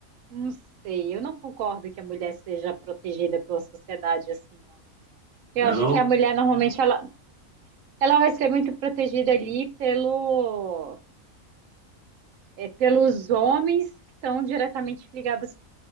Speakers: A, on the right; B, on the right.
A: Não sei, eu não concordo que a mulher seja protegida pela sociedade assim, não. Eu
B: não
A: acho
B: é não?
A: que a mulher normalmente ela, ela vai ser muito protegida ali pelo, é, pelos homens que estão diretamente ligados